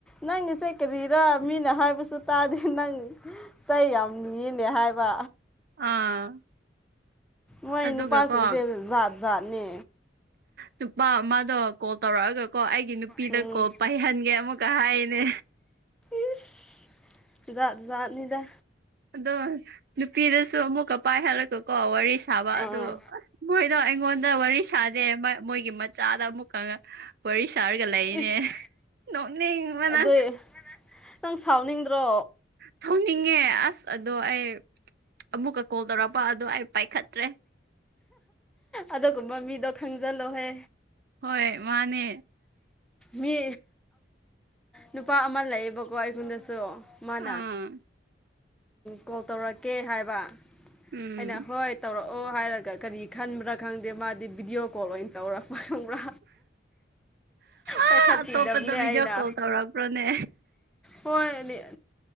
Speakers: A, in the centre; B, on the right (about 55°).
A: ꯅꯪꯒꯤꯁꯦ ꯀꯔꯤꯔꯥ ꯃꯤꯅ ꯍꯥꯏꯕꯁꯨ ꯇꯥꯗꯦ ꯅꯪ ꯆꯩ ꯌꯥꯝ ꯅꯤꯌꯦꯅꯦ ꯍꯥꯏꯕ
B: ꯑꯥ
A: ꯃꯣꯏ
B: ꯑꯗꯨꯒꯀꯣ
A: ꯅꯨꯄꯥꯁꯤꯡꯁꯦ ꯖꯥꯠ ꯖꯥꯠꯅꯦ
B: ꯅꯨꯄꯥ ꯑꯃꯗꯣ ꯀꯣꯜ ꯇꯧꯔꯛꯑꯒ ꯀꯣ ꯑꯩꯒꯤ ꯅꯨꯄꯤꯗ
A: ꯎꯝ
B: ꯀꯣꯜ ꯄꯥꯏꯍꯟꯒꯦ ꯑꯃꯨꯛꯀ ꯍꯥꯏꯅꯦ
A: ꯏꯁ ꯖꯥꯠ ꯖꯥꯠꯅꯤꯗ
B: ꯑꯗꯣ ꯅꯨꯄꯤꯗꯁꯨ ꯑꯃꯨꯛꯀ ꯄꯥꯏꯍꯜꯂꯀ ꯀꯣ ꯋꯥꯔꯤ ꯁꯥꯕ
A: ꯑꯥ
B: ꯑꯗꯣ ꯃꯣꯏꯗꯣ ꯑꯩꯉꯣꯟꯗ ꯋꯥꯔꯤ ꯁꯥ ꯗꯦ ꯃꯣꯏꯒꯤ ꯃꯆꯥꯗ ꯑꯃꯨꯛꯀ ꯋꯥꯔꯤ ꯁꯥꯔꯒ ꯂꯩꯅꯦ
A: ꯏꯁ
B: ꯅꯣꯛꯅꯤꯡꯕꯅ
A: ꯑꯗꯨꯏ ꯅꯪ ꯁꯥꯎꯅꯤꯡꯗ꯭ꯔꯣ
B: ꯊꯣꯡꯅꯤꯡꯉꯦ ꯑꯁ ꯑꯗꯣ ꯑꯩ ꯑꯃꯨꯛꯀ ꯀꯣꯜ ꯇꯧꯔꯛꯄ ꯑꯗꯣ ꯑꯩ ꯄꯥꯏꯈꯠꯇ꯭ꯔꯦ
A: ꯑꯗꯨꯒꯨꯝꯕ ꯃꯤꯗꯣ ꯈꯪꯖꯜꯂꯣꯍꯦ
B: ꯍꯣꯏ ꯃꯥꯅꯦ
A: ꯃꯤ ꯅꯨꯄꯥ ꯑꯃ ꯂꯩꯌꯦꯕꯀꯣ ꯑꯩꯉꫭꯟꯗꯁꯨ ꯃꯥꯅ
B: ꯑꯥ
A: ꯀꯣꯜ ꯇꯧꯔꯛꯀꯦ ꯍꯥꯏꯕ
B: ꯎꯝ
A: ꯑꯩꯅ ꯍꯣꯏ ꯇꯧꯔꯛꯑꯣ ꯍꯥꯏꯔꯒ ꯀꯔꯤ ꯈꯟꯕ꯭ꯔꯥ ꯈꯪꯗꯦ ꯃꯥꯗꯤ ꯚꯤꯗꯤꯑꯣ ꯀꯣꯜ ꯑꯣꯏꯅ ꯇꯧꯔꯛꯄ ꯈꯪꯕ꯭ꯔꯥ
B: ꯑ
A: ꯄꯥꯏꯈꯠꯄꯤꯗꯕꯅꯦ
B: ꯑꯇꯣꯞꯄꯗ ꯚꯤꯗꯤꯑꯣ
A: ꯑꯩꯅ
B: ꯀꯣꯜ ꯇꯧꯔꯛꯄ꯭ꯔꯥꯅꯦ
A: ꯍꯣꯏ